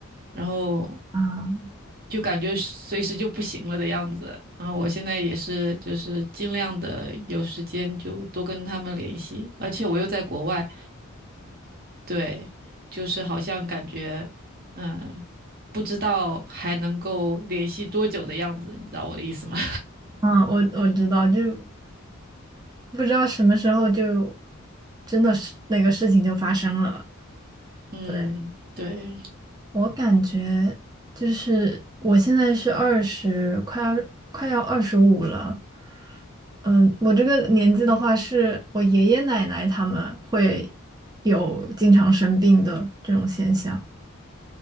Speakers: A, on the right (about 45°); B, on the right (about 20°).
A: 然后
B: 啊，
A: 就感觉随时就不行了的样子。然后我现在也是，就是尽量的有时间就多跟他们联系，而且我又在国外，对，就是好像感觉，嗯，不知道还能够联系多久的样子，你知道我的意思吗？
B: 啊！我我知道，就不知道什么时候就真的是那个事情就发生了。
A: <laughs> 嗯，
B: 对，
A: 对，
B: 我感觉就是我现在是二十，快要快要二十五了。嗯，我这个年纪的话，是我爷爷奶奶他们会有经常生病的这种现象。